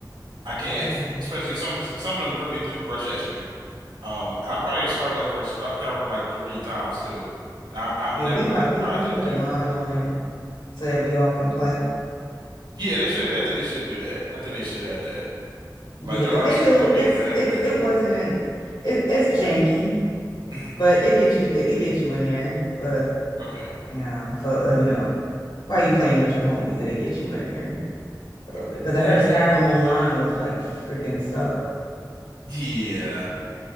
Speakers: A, on the right; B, on the left.
A: I can't,
B: Yeah.
A: especially some some of them really do rush at you. Um, I probably started over Star- Skyrim like three times too. I've I've
B: Yeah,
A: never
B: we probably
A: tried
B: we, we
A: to
B: put
A: do.
B: a mod on it. so that we all can play.
A: Yeah, they should. I think they should do that. I think they should have that.
B: Yeah,
A: Like there
B: they,
A: are
B: they
A: some
B: do.
A: other games
B: It's
A: that have
B: it's
A: that.
B: it wasn't it, it's janky,
A: Mm,
B: but it gets you it, it gets you in there for
A: okay,
B: you know for uh, you know while you playing with your homies, it'll get you in there a little
A: okay.
B: bit. Because
A: Yeah,
B: I heard
A: I ain't.
B: Skyrim
A: I ain't.
B: Online was like freaking suck.
A: Yeah,